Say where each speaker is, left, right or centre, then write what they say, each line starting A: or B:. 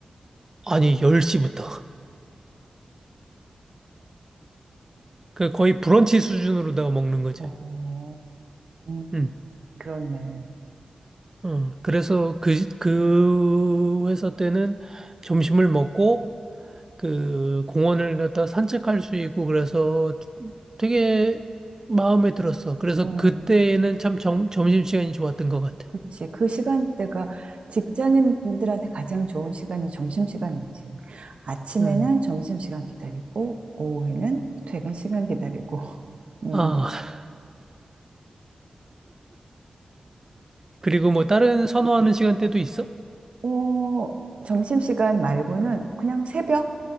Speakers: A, on the right (about 25°); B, on the right (about 60°).
A: 아니 10시부터. 그 거의 브런치 수준으로 다 먹는 거지.
B: 어, 음,
A: 응.
B: 그렇네.
A: 어, 그래서 그, 그 회사 때는 점심을 먹고 그 공원을 갖다 산책할 수 있고 그래서 되게 마음에 들었어. 그래서
B: 어,
A: 그때는 참 점, 점심시간이 좋았던 것 같아.
B: 그치. 그 시간대가 직장인들한테 가장 좋은 시간이 점심시간이지. 아침에는
A: 음.
B: 점심시간 기다리고, 오후에는 퇴근 시간 기다리고. <laughs> 음,
A: 아, <laughs> 그리고 뭐 다른 선호하는 시간대도 있어?
B: 어, 점심시간 말고는 그냥 새벽?